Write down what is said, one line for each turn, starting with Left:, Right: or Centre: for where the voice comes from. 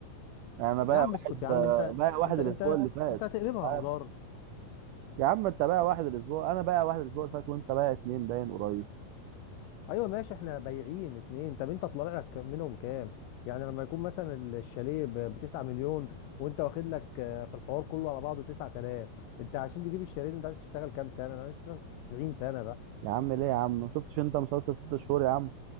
Right: يعني أنا بايع
Left: يا عم
Right: واحد
Left: اسكت يا عم انت
Right: بايع واحد
Left: انت
Right: الأسبوع
Left: انت
Right: اللي فات
Left: انت هتقلبها
Right: أنت عارف.
Left: هزار
Right: يا عم أنت بايع واحد الأسبوع أنا بايع واحد الأسبوع اللي فات وأنت بايع اتنين باين قريب
Left: ايوه ماشي احنا بايعين اتنين طب انت طلع لك كام- منهم كام يعني لما يكون مثلا الشاليه ب 9 مليون وانت واخد لك آه، في الحوار كله على بعضه 9000 انت عشان تجيب الشاليه ده انت عايز تشتغل كام سنه انا عايز اشتغل 90 سنه بقى
Right: يا عم ليه يا عم ما شفتش انت مسلسل ست شهور يا عم